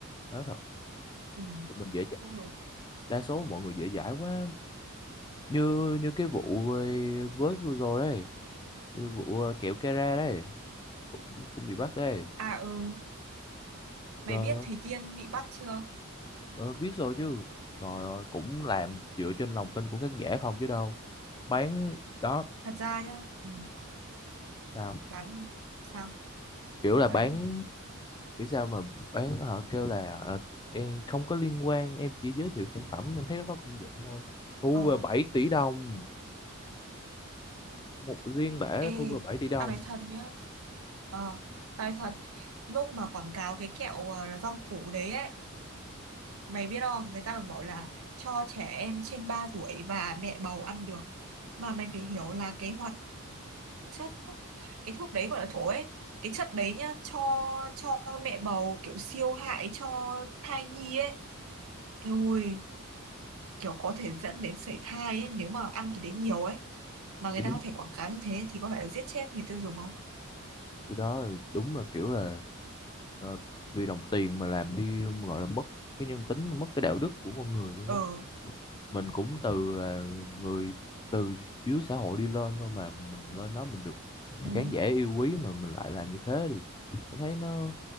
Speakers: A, on the left (about 20°); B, on the right (about 75°).
A: nói thật
B: ừ,
A: mình dễ dãi
B: không đúng
A: đa số mọi người dễ dãi quá như như cái vụ với, với vừa rồi đấy cái vụ ờ, kẹo Kera đấy cũng cũng bị bắt đấy
B: à ừ mày
A: trời
B: biết
A: ơi
B: Thủy Tiên bị bắt chưa
A: Ờ, biết rồi chứ trời ơi cũng làm dựa trên lòng tin của khán giả không chứ đâu bán đó
B: thật ra nhá ừ,
A: sao
B: bắn sao
A: kiểu là
B: nói
A: bán
B: đi
A: kiểu sao mà bán họ kêu là ờ, em không có liên quan em chỉ giới thiệu sản phẩm em thấy nó có công dụng thôi thu
B: ờ
A: về bảy tỷ đồng một riêng bể
B: ê
A: thu về bảy tỷ đồng
B: tao nói thật nhá ờ tao nói thật lúc mà quảng cáo cái kẹo ờ, rau củ đấy ấy mày biết không người ta còn bảo là cho trẻ em trên 3 tuổi và mẹ bầu ăn được mà mày phải hiểu là cái hoạt chất thuốc cái thuốc đấy gọi là thuốc ấy cái chất đấy nhá cho cho mẹ bầu kiểu siêu hại cho thai nhi ấy ôi kiểu có thể dẫn đến sảy thai ấy nếu mà ăn cái đấy nhiều ấy mà người
A: thì đúng
B: ta có thể quảng cáo như thế thì có phải là giết chết người tiêu dùng không
A: cái đó là- đúng là kiểu là ờ, vì đồng tiền mà làm đi gọi là mất cái nhân tính mất cái đạo đức của con người luôn
B: ờ
A: ấy mình cũng từ là người từ dưới xã hội đi lên thôi mà mình lên đó mình được
B: ừ.
A: khán giả yêu quý mà mình lại làm như thế thì mình thấy nó